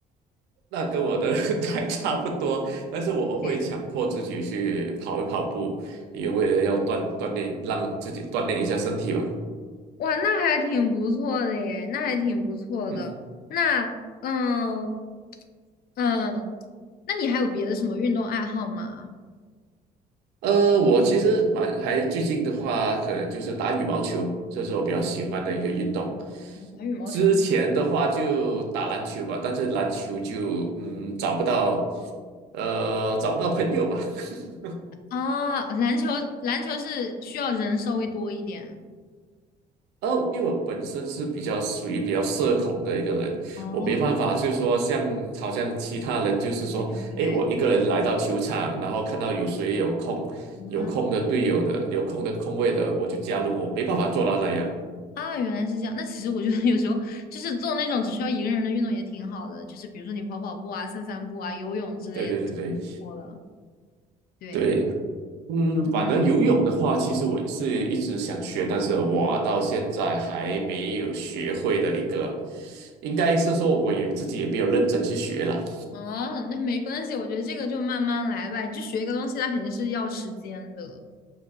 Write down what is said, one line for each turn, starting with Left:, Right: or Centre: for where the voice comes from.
Right: 那跟我的 <laughs> 还差不多，但是我会强迫自己去跑一跑步，
Left: 哎呀
Right: 也为了要锻锻炼，让自己锻炼一下身体嘛。
Left: 哇，那还挺不错的耶，那还挺不错的。
Right: 嗯，
Left: 那嗯嗯，那你还有别的什么运动爱好吗？
Right: 呃，我其实蛮还最近的话，可能就是打羽毛球，这是我比较喜欢的一个运动。
Left: 哦打羽毛球。
Right: 之前的话就打篮球吧，但是篮球就嗯找不到，呃找不到朋友吧。<laughs>
Left: 啊，篮球篮球是需要人稍微多一点。
Right: 哦，因为我本身是比较属于比较社恐的一个人，
Left: 哦，
Right: 我没办法，就是说像好像其他人，就是说，
Left: 对
Right: 诶，我一个人来到球场，然后看到有谁有空，有空的队友的，
Left: 啊
Right: 有空的空位的，我就加入，我没办法做到那样。
Left: 啊，原来是这样。那其实我觉得有时候就是做那种只需要一个人的运动也挺好的，就是比如说你跑跑步啊、散散步啊、游泳之类的，
Right: 对对对对
Left: 挺不错的。对，
Right: 对，嗯，反而游泳的话，
Left: 嗯，
Right: 其实我是一直想学，但是我到现在还没有学会的一个，应该是说我也自己也没有认真去学啦。
Left: 哦，那没关系，我觉得这个就慢慢来吧。就学一个东西，它肯定是要时间的。